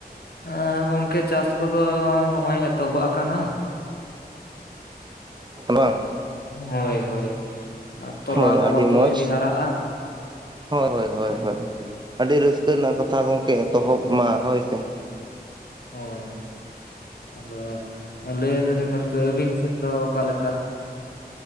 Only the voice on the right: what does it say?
ᱵᱟᱝ?
ᱦᱳᱭ
ᱟᱹᱰᱤ ᱢᱚᱸᱡᱽ
ᱦᱳᱭ ᱦᱳᱭ ᱦᱳᱭ ᱦᱳᱭ, ᱟᱹᱰᱤ ᱨᱟᱹᱥᱠᱟᱹ ᱨᱮᱱᱟᱜ ᱠᱟᱛᱷᱟ ᱜᱚᱝᱠᱮ ᱮᱛᱚᱦᱚᱵᱽ ᱢᱟ ᱦᱳᱭ ᱥᱮ᱾